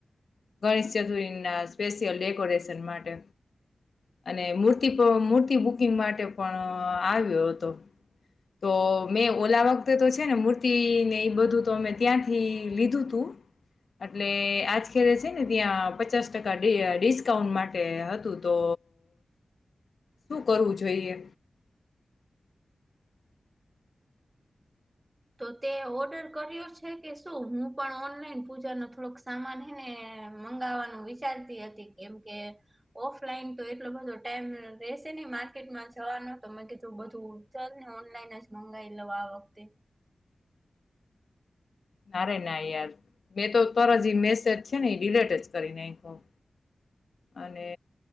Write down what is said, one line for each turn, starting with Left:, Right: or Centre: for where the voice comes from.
Left: ગણેશ ચતુર્ ના સ્પેશિયલ ડેકોરેશન માટે અને મૂર્તિ પ્રો મૂર્તિ બુકિંગ માટે પણઅ આવ્યો હતો. તો મેં ઓલા વ કતે તો છે ને મૂર્તિ ને એ બધું તો અમે ત્યાંથી લીધું તું એટલે આજ રે છે ને ત્યાં પચાસ ટકા ડી ડિસ્કાઉન્ટ માટે હતું તો શું કરવું જોઈએ?
Right: તો તે ઓર્ડર કર્યો છે કે શું? હુ પણ ઓનલાઈન પૂજા ન થોડોક સામાન હે ને મંગાવવાનું વિચારતી હતી કેમ કે ઓફલાઈન તો એટલો બધો ટાઈમ રેશે ને માર્કેટમાં જવાનો તો મેં કીધું બધું ચલને ઓનલાઈન જ મંગાવી લઉ આ વખતે
Left: નારે ના યાર મેં તો તરજ જી મેસેજ છે ને એ ડિલેટજ કરી નાંખ્યું અને